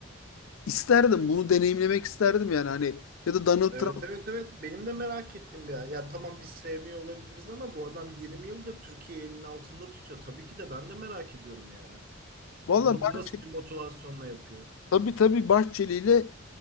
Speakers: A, on the left; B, on the right.
A: İsterdim bunu deneyimlemek isterdim yani hani ya da Donald
B: Evet,
A: Trump.
B: evet, evet. Benim de merak ettim ya. Ya tamam biz sevmiyor olabiliriz ama bu adam 20 yıldır Türkiye'yi elinin altında tutuyor. Tabii ki de ben de merak ediyorum yani.
A: Valla
B: Bunu
A: Bahçeli,
B: nasıl bir motivasyonla yapıyor?
A: tabii tabii Bahçeli ile